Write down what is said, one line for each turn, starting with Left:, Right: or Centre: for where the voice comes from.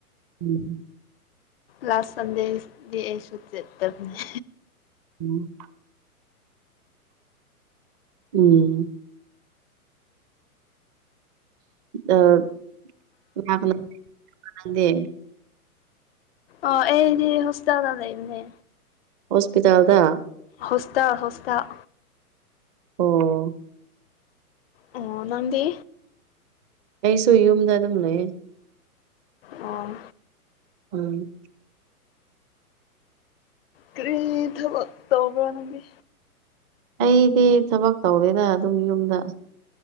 Right: ꯎꯝ
Left: ꯂꯥꯁ ꯁꯟꯗꯦꯗꯤ ꯑꯩꯁꯨ ꯆꯠꯇꯕꯅꯦ
Right: ꯎꯝ ꯎꯝ ꯑ <unintelligible>
Left: ꯑ ꯑꯦꯗꯤ ꯍꯣꯁꯇꯦꯜꯗ ꯂꯩꯕꯅꯦ
Right: ꯍꯣꯁꯄꯤꯇꯥꯜꯗ
Left: ꯍꯣꯁꯇꯦꯜ ꯍꯣꯁꯇꯦꯜ
Right: ꯑꯣ
Left: ꯑꯣ ꯅꯪꯗꯤ
Right: ꯑꯩꯁꯨ ꯌꯨꯝꯗ ꯑꯗꯨꯝ ꯂꯩꯌꯦ
Left: ꯑꯣ
Right: ꯎꯝ
Left: ꯀꯔꯤ ꯊꯕꯛ ꯇꯧꯕ꯭ꯔꯣ ꯅꯪꯒꯤ
Right: ꯑꯩꯗꯤ ꯊꯕꯛ ꯇꯧꯗꯦꯗ ꯑꯗꯨꯝ ꯌꯨꯝꯗ